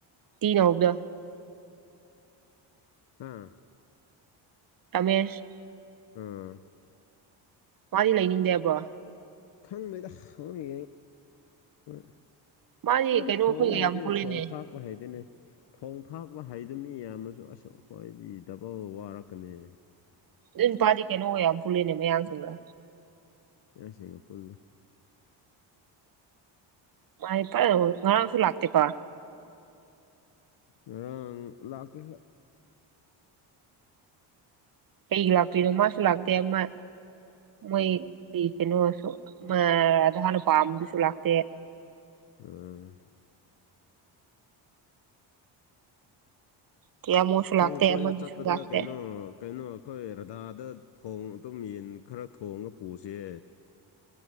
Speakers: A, on the right; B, on the left.
A: ꯇꯤꯅ ꯍꯧꯕꯗꯣ
B: ꯎꯝ
A: ꯔꯃꯦꯁ
B: ꯎꯝ
A: ꯃꯥꯗꯤ ꯂꯩꯅꯤꯡꯗꯦꯕ꯭ꯔꯣ
B: ꯈꯪꯕꯩꯗ ꯅꯣꯏ <unintelligible>
A: ꯃꯥꯗꯤ
B: ꯍꯣꯏ
A: ꯀꯩꯅꯣ
B: ꯊꯣꯡ
A: ꯑꯩꯈꯣꯏꯒ
B: ꯍꯩꯗꯤꯅꯦ
A: ꯌꯥꯝ ꯄꯨꯜꯂꯦꯅꯦ
B: ꯊꯣꯡ-ꯊꯥꯛꯄ ꯍꯩꯗꯤꯅꯦ ꯊꯣꯡ ꯊꯥꯛꯄ ꯍꯩꯗꯨꯕ ꯃꯤ ꯌꯥꯝꯅꯁꯨ ꯑꯁꯛ ꯑꯩꯈꯣꯏꯗꯤ ꯗꯕꯜ ꯋꯥꯔꯛꯀꯅꯤ
A: ꯑꯗꯨ ꯅꯨꯄꯥꯗꯤ ꯀꯩꯅꯣꯒ ꯌꯥꯝ ꯄꯨꯜꯂꯤꯅꯦ ꯃꯌꯥꯡꯁꯤꯡꯒ
B: ꯑꯦꯌꯥꯏꯁꯤꯒꯥ ꯄꯨꯜꯂꯦ
A: ꯃꯥꯏ ꯉꯥꯔꯥꯡꯁꯨ ꯂꯥꯛꯇꯦ ꯀꯣ
B: ꯔꯥꯡ ꯂꯥꯛꯇꯦ
A: ꯀꯩꯒꯤ ꯂꯥꯛꯇꯣꯏꯅꯣ ꯃꯥꯁꯨ ꯂꯥꯛꯇꯦ ꯑꯃ ꯃꯣꯏ ꯀꯩꯅꯣꯁꯨ ꯃ ꯔꯙꯥꯅ ꯄꯥꯝꯕꯗꯨꯁꯨ ꯂꯥꯛꯇꯦ
B: ꯎꯝ
A: ꯇꯤꯌꯥꯃꯣꯁꯨ ꯂꯥꯛꯇꯦ
B: ꯑꯩꯈꯣꯏꯅ ꯀꯣꯏꯕ
A: ꯑꯃꯗꯨꯁꯨ
B: ꯆꯠꯄꯗ
A: ꯂꯥꯛꯇꯦ
B: ꯀꯩꯅꯣ ꯀꯩꯅꯣ ꯑꯩꯈꯣꯏ ꯔꯙꯥꯗ ꯊꯣꯡ ꯑꯗꯨꯝ ꯌꯦꯟ ꯈꯔ ꯊꯣꯡꯉ ꯄꯨꯁꯦ